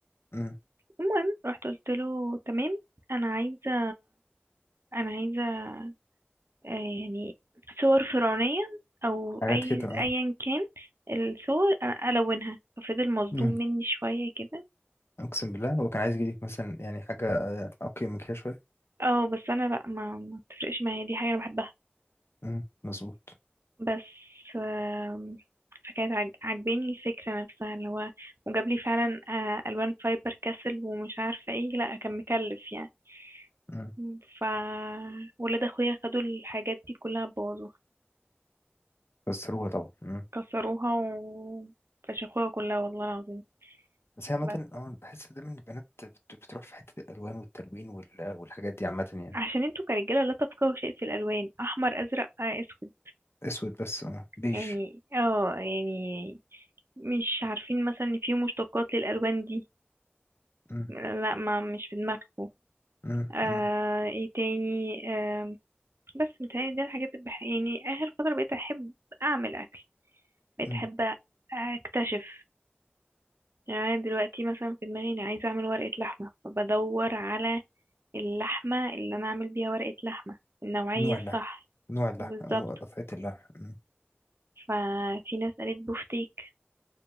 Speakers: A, on the left; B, on the right.
A: مم.
B: المهم رحت قلت له تمام انا عايزه انا عايزه آه يعني صور فرعونيه او
A: حاجات
B: اي
A: كده
B: ايا
A: اه
B: كان الصور انا الونها ففضل مصدوم
A: مم.
B: مني شويه كده
A: اقسم بالله هو كان عايز يجيلك مثلا يعني حاجة آه، اوكي من كده شوية
B: اه بس انا لا ما ما بتفرقش معايا دي حاجه انا بحبها
A: مم. مظبوط
B: بس آم، فكانت عج- عجباني الفكرة نفسها اللي هو وجاب لي فعلا آه، ألوان فايبر كاسل ومش عارفة ايه لا كان مكلف يعني
A: مم.
B: مم. ف ولاد اخويا خدوا الحاجات دي كلها بوظوها
A: بس روها طبعا مم.
B: كسروها و فشخوها كلها والله العظيم
A: بس هي عامة
B: بس
A: أه بحس دايما إن البنات بت- بتروح في حتة الألوان والتلوين وال- والحاجات دي عامة يعني
B: عشان انتوا كرجالة لا تفقهوا شيء في الألوان أحمر أزرق آه، أسود
A: أسود بس أه بيج
B: يعني اه يعني مش عارفين مثلا ان في مشتقات للألوان دي
A: مم،
B: لا ما مش في دماغكم
A: مم،
B: آه
A: مم،
B: ايه تاني آه بس متهيألي دي الحاجات اللي بح... يعني آخر فترة بقيت أحب أعمل أكل بقيت
A: مم.
B: أحب أكتشف يعني أنا دلوقتي مثلا في دماغي أنا عايزة أعمل ورقة لحمة فبدور على اللحمة اللي أنا أعمل بيها ورقة لحمة النوعية
A: نوع
B: الصح
A: اللحم نوع اللحم
B: بالظبط
A: آه، نوع قطعة اللحم مم.
B: ففي ناس قالت بوفتيك